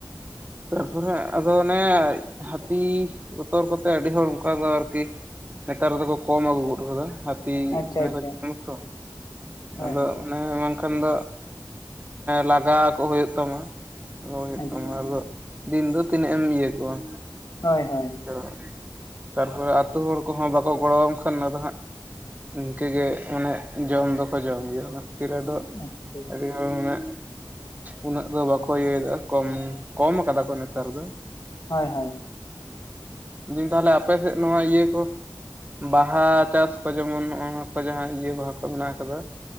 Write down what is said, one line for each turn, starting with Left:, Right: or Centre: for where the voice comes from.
Right: ᱛᱟᱨᱯᱚᱨᱮ ᱟᱫᱚ ᱚᱱᱮ ᱦᱟᱹᱛᱤ ᱵᱚᱛᱚᱨ ᱠᱚᱛᱮ ᱟᱹᱰᱤ ᱦᱚᱲ ᱚᱱᱠᱟ ᱫᱚ ᱟᱨᱠᱤ ᱱᱮᱛᱟᱨ ᱫᱚᱠᱚ ᱠᱚᱢ ᱟᱹᱜᱩ ᱜᱚᱫ ᱠᱟᱫᱟ ᱦᱟᱹᱛᱤ <unintelligible>
Left: ᱟᱪᱪᱷᱟ
Right: ᱢᱚᱱᱮ
Left: ᱟᱪᱪᱷᱟ
Right: ᱠᱚ ᱡᱚᱢᱩ ᱛᱚ ᱟᱫᱚ
Left: ᱦᱳᱭ ᱦᱳᱭ
Right: ᱚᱱᱮ ᱵᱟᱝᱠᱷᱟᱱ ᱫᱚ ᱞᱟᱜᱟ ᱠᱚ ᱦᱩᱭᱩᱜ ᱛᱟᱢᱟ <inaudible> ᱨᱚᱮᱫ
Left: ᱟᱪᱪᱷᱟ
Right: ᱛᱟᱢᱟ ᱟᱫᱚ ᱫᱤᱱ ᱫᱚ ᱛᱤᱱᱟᱹᱜ ᱮᱢ ᱤᱭᱟᱹ ᱠᱚᱣᱟ
Left: ᱦᱳᱭ ᱦᱳᱭ
Right: ᱛᱚ ᱛᱟᱨᱯᱚᱨᱮ ᱟᱛᱳ ᱦᱚᱲ ᱠᱚᱦᱚᱸ ᱵᱟᱠᱚ ᱜᱚᱲᱚᱣᱟᱢ ᱠᱷᱟᱱ ᱟᱫᱚ ᱦᱟᱸᱜ ᱤᱱᱠᱟᱹᱜᱮ ᱢᱟᱱᱮ ᱡᱚᱢ ᱫᱚᱠᱚ ᱡᱚᱢ ᱜᱮᱭᱟ <unintelligible> ᱚᱱᱟ ᱠᱷᱟᱹᱛᱤᱨ ᱟᱫᱚ
Left: ᱟᱪᱪᱷᱟ
Right: ᱟᱹᱰᱤᱦᱚᱲ ᱢᱟᱱᱮ ᱩᱱᱟᱹᱜ ᱫᱚ ᱵᱟᱠᱚ ᱤᱭᱟᱹᱭᱫᱟ ᱠᱚᱢ ᱠᱚᱢ ᱠᱟᱫᱟ ᱠᱚ ᱱᱮᱛᱟᱨ ᱫᱚ
Left: ᱦᱳᱭ ᱦᱳᱭ
Right: ᱫᱤᱧ ᱛᱟᱦᱞᱮ ᱟᱯᱮᱥᱮᱫ ᱱᱚᱣᱟ ᱤᱭᱟᱹ ᱠᱚ ᱵᱟᱦᱟ ᱪᱟᱥ ᱠᱚ ᱡᱮᱢᱚᱱ ᱱᱚᱜ ᱱᱚᱣᱟ ᱠᱚ ᱡᱟᱦᱟᱸ ᱤᱭᱟᱹ ᱵᱟᱦᱟ ᱠᱚ ᱢᱮᱱᱟᱜ ᱟᱠᱟᱫᱟ